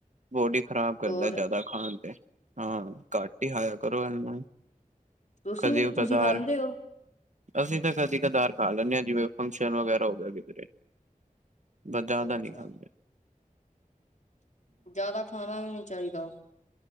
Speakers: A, on the right (about 55°); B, on the left (about 55°).
A: ਬੋਡੀ ਖ਼ਰਾਬ ਕਰਦਾ
B: ਹੋਰ
A: ਜ਼ਿਆਦਾ ਖਾਣ ਤੇ, ਹਾਂ ਘੱਟ ਹਾਆ ਕਰੋ ਇਹਨੂੰ,
B: ਤੁਸੀਂ
A: ਕਦੇਓ
B: ਨੀ ਤੁਸੀਂ
A: -ਕਦਾਰ
B: ਖਾਂਦੇ ਹੋ
A: ਅਸੀਂ ਤਾਂ ਕਦੀ -ਕਧਾਰ ਖਾ ਲੈਂਦੇ ਆ, ਜਿਵੇਂ ਫੰਕਸ਼ਨ ਵਗੈਰਾ ਹੋ ਗਿਆ ਕਿਧਰੇ ਬਦਾਦਾ
B: ਅੱਛਾ
A: ਨੀ ਖਾਦੇ।
B: ਜਿਆਦਾ ਖਾਣਾ ਵੀ ਨੀ ਚਾਹੀਦਾ।